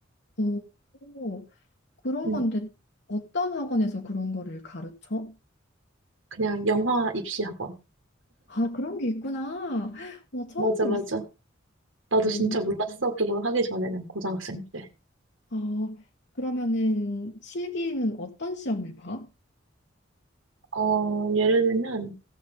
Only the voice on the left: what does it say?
오, 오, 그런
건데 어떤 학원에서 그런 거를 가르쳐?
아, 그런 게 있구나. 나 처음
들었어.
오,
아, 그러면은 실기는 어떤 시험을 봐?